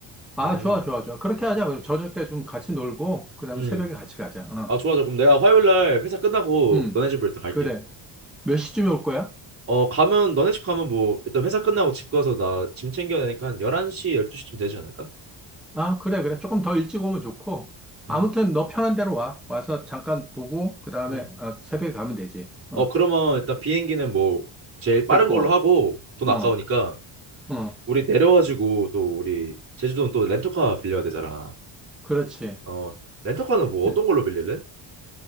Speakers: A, in the centre; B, on the right.
A: 아,
B: 음.
A: 좋아, 좋아, 좋아. 그렇게 하자. 그럼 저녁 때 좀 같이 놀고, 그 다음에
B: 음.
A: 새벽에 같이 가자. 어.
B: 아, 좋아. 좋아. 그럼 내가 화요일 날 회사 끝나고
A: 응,
B: 너네 집으로 일단 갈게.
A: 그래. 몇 시쯤에 올 거야?
B: 어, 가면 너네 집 가면 뭐 일단 회사 끝나고 집 가서 나 짐 챙겨야 되니까 한 11시, 12시쯤 되지 않을까?
A: 아, 그래, 그래. 조금 더 일찍 오면 좋고. 아무튼
B: 음.
A: 너 편한 대로 와. 와서 잠깐 보고, 그 다음에
B: 음.
A: 새벽에 가면 되지. 어,
B: 어, 그러면 일단 비행기는 뭐 제일 빠른
A: 됐고.
B: 걸로 하고 돈 아까우니까
A: 어, 어,
B: 우리 내려가지고 또 우리 제주도는 또 렌터카 빌려야 되잖아.
A: 그렇지.
B: 어, 렌터카는 뭐
A: 레-
B: 어떤 걸로 빌릴래?